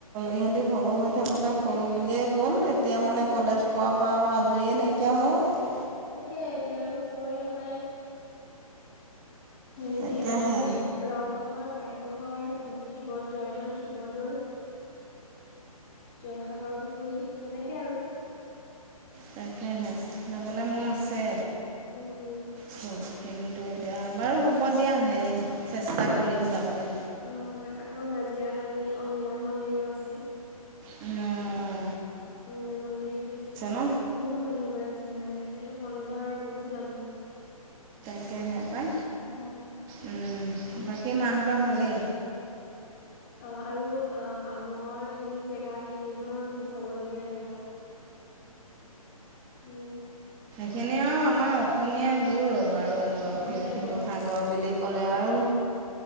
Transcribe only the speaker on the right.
ইহঁতি সৰু হৈ থাকোঁতে সৰু বুলিয়েই গ'ল। তেতিয়া মানে
কলেজ পোৱা পা অ আজৰিয়ে নাইকিয়া হ'।
তাকেহে
তাকেহে যাবলে
মন আছে।
খ। কিন্তু এতিয়া বাৰু হ'ব দিয়া হেৰি চেষ্টা কৰিম যাবলে।
উম।
ন
তাকেহে পাই।
উম। বাকী মাহঁতৰ ভালে।
সেনে আৱ আমাৰ অসমীয়া গৌৰৱ আৰু
শিৱসাগৰ
বেলেগ। কলে আৰু।